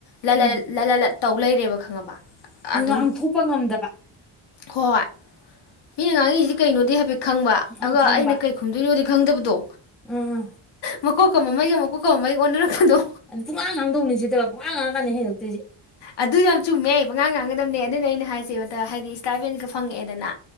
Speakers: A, on the left; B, in the centre.
A: ꯂ
B: ꯎꯝ
A: ꯇꯧ ꯂꯩꯔꯦꯕ ꯈꯪꯉꯕ ꯑꯗꯨꯝ
B: ꯉꯥꯡꯊꯣꯛꯄ ꯉꯝꯝꯕ ꯗꯕ
A: ꯍꯣꯏ ꯃꯤꯅ ꯉꯥꯡꯉꯤꯁꯤꯗꯤ ꯀꯩꯅꯣꯗꯤ ꯍꯥꯏꯐꯦꯠꯇ ꯈꯪꯕ ꯑꯗꯨꯒ
B: ꯑꯪ ꯈꯪꯕ
A: ꯑꯩꯅ ꯀꯩ ꯈꯨꯝꯗꯣꯏꯅꯣꯗꯤ ꯈꯪꯗꯕꯗꯣ
B: ꯎꯝ
A: ꯃꯀꯣꯛ ꯀ ꯃꯃꯩꯒ ꯃꯀꯣꯛꯀ ꯃꯃꯩꯒ ꯑꯣꯟꯅꯔꯛꯄꯗꯣ
B: ꯑ ꯄꯨꯡꯉꯥꯡ ꯉꯥꯡꯗꯧꯅꯤꯁꯦ ꯇꯕ ꯄꯨꯡꯉꯥꯡ ꯉꯥꯡꯉ ꯀꯥꯟꯅꯤ ꯍꯩꯩꯔꯛꯇꯣꯏꯁꯦ
A: ꯑꯗꯨꯁꯨ ꯌꯥꯝ ꯆꯨꯝꯃꯦ ꯄꯉꯥꯡ ꯉꯥꯡꯒꯗꯕꯅꯦ ꯑꯗꯨꯅ ꯑꯩꯅ ꯍꯥꯏꯁꯦ ꯍꯥꯏꯗꯤ ꯏꯁꯇꯥ ꯐꯪꯉꯛꯑꯦꯗꯅ